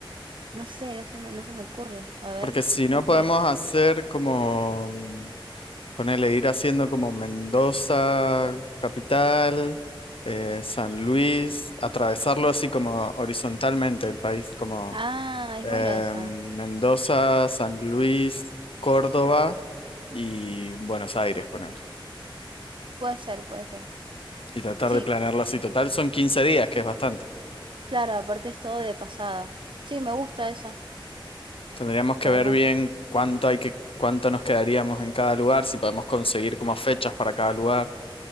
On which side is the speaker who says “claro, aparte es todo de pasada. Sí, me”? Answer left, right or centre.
Right